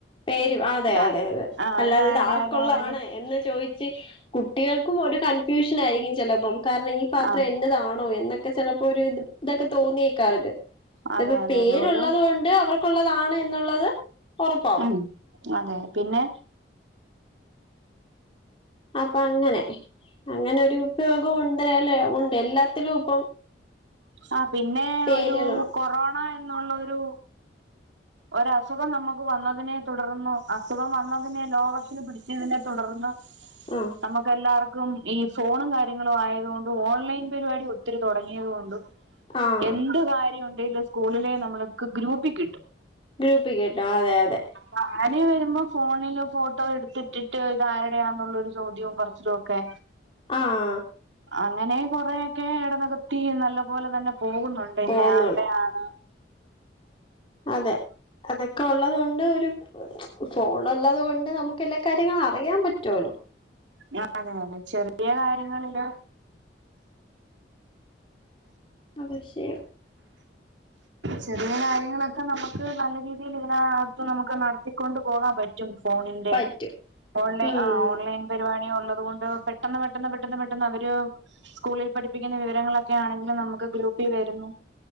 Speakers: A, on the left (about 30°); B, on the right (about 85°).
A: പേര് അതെ
B: ഇതാ
A: അതെ അതെ
B: ആഹ്
A: അല്ലാതെ
B: ഇതാരുടെയാ
A: ഇത് ആർക്കുള്ളതാണ്
B: ഇതാരുടെയാ
A: എന്ന് ചോദിച്ച് കുട്ടികൾക്കും ഒരു കൺഫ്യൂഷൻ ആയിരിക്കും ചെലപ്പം കാരണം ഈ പാത്രം
B: ആഹ്
A: എന്റതാണോ എന്നൊക്കെ ചെലപ്പോ ഒര് ഇതൊക്കെ തോന്നിയേക്കാ അർക്ക്
B: അതെ
A: ഇപ്പൊ
B: അതെ
A: പേരുള്ളത്
B: അതെ ഒരു
A: കൊണ്ട് അവർ ള്ളതാണ് എന്നുള്ളത് ഒറപ്പാവും
B: ഉം അതെ പിന്നെ
A: അപ്പൊ അങ്ങനെ അങ്ങനൊരു ഉപയോഗം ഉണ്ടേലേ ഉണ്ട് എല്ലാത്തിലും ഇപ്പം
B: ആഹ് പിന്നെ
A: പേരുകളുണ്ട്
B: ഒരു കൊറോണ എന്നുള്ള ഒരു ഒരസുഖം നമുക്ക് വന്നതിനെ തുടർന്ന് അസുഖം വന്നതിനെ ലോകത്തില് പിടിച്ചതിനെ തുടർന്ന്
A: ആഹ്
B: നമുക്കെല്ലാർക്കും ഈ ഫോണും കാര്യങ്ങളും ആയത് കൊണ്ടും ഓൺലൈൻ പരിപാടി ഒത്തിരി തുടങ്ങിയത് കൊണ്ടും
A: ആഹ്
B: എന്ത് കാര്യം ഉണ്ടേലും സ്കൂളിലെ നമ്മൾക്ക് ഗ്രൂപ്പി കിട്ടും
A: ഗ്രൂപ്പി കിട്ടും. അതെ അതെ
B: അപ്പൊ അങ്ങനെ വരുമ്പോ ഫോണില് ഫോട്ടോ എടുത്തിട്ടിട്ട് ഇത് ആരുടെയാന്നുള്ളൊരു ചോദ്യവും പറച്ചിലും ഒക്കെ
A: ആഹ്
B: അങ്ങനെ കൊറേയൊക്കെ എടനകത്തി നല്ല പോലെ തന്നെ പോകുന്നുണ്ട് ഇന്നെ
A: പോവുന്നുണ്ട്
B: ആൾടേ ആഹ്
A: അതെ അതൊക്കെ ഉള്ളത് കൊണ്ട് ഒരു ഫോണുള്ളത് കൊണ്ട് നമുക്ക് എല്ലാ കാര്യങ്ങളും അറിയാൻ പറ്റുമല്ലോ
B: ആഹ് ആതെതെ ചെറിയ കാര്യങ്ങളില
A: ആഹ് പക്ഷേ
B: ചെറിയ കാര്യങ്ങളൊക്കെ നമുക്ക് നല്ല രീതിയില് ഇതിനകത്ത് നമുക്ക് നടത്തിക്കൊണ്ട് പോകാൻ പറ്റും റ്റും ഫോണിന്റെ
A: പറ്റും
B: ഓൺലൈ
A: ഉം
B: ആഹ് ഓൺലൈൻ പരിപാടിയുള്ളത് കൊണ്ട് പെട്ടെന്ന് പെട്ടന്ന് പെട്ടെന്ന് പെട്ടെന്ന് അവര് സ്കൂളിൽ പഠിപ്പിക്കുന്ന വിവരങ്ങളൊക്കെ ആണെങ്കിലും നമുക്ക് ഗ്രൂപ്പിൽ വരുന്നു